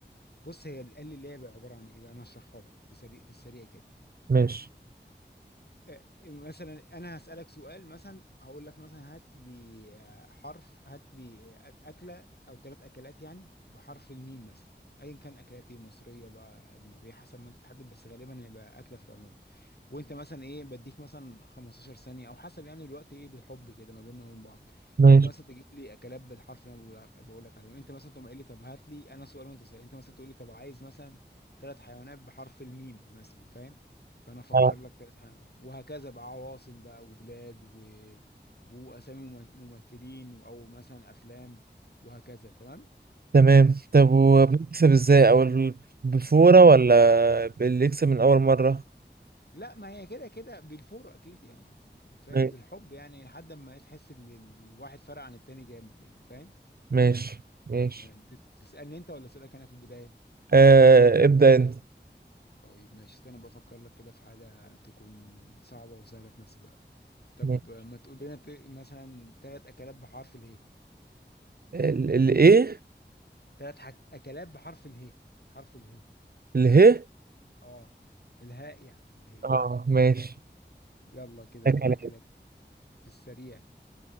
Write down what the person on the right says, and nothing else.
ماشي
ماشي
آه.
تمام طب وبنكسب إزاي أو ال- بفورة ولا باللي يكسب من أول مرة
ماشي
ماشي ماشي
أه ابدأ أنت
ماشي.
ال- الإيه؟
اله
اه ماشي
ده
كلام